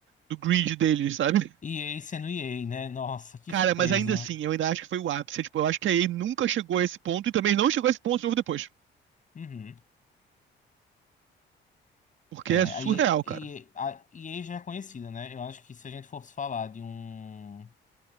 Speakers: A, on the right; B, on the left.
A: do grid deles, sabe?
B: EA sendo EA, né? Nossa, que
A: Cara,
B: surpresa.
A: mas ainda assim, eu ainda acho que foi o ápice. Tipo, eu acho que a EA nunca chegou a esse ponto e também não chegou a esse ponto de novo depois.
B: Uhum.
A: Porque
B: É,
A: é surreal,
B: a e
A: cara.
B: a a e EA já é conhecida, né? Eu acho que se a gente fosse falar de um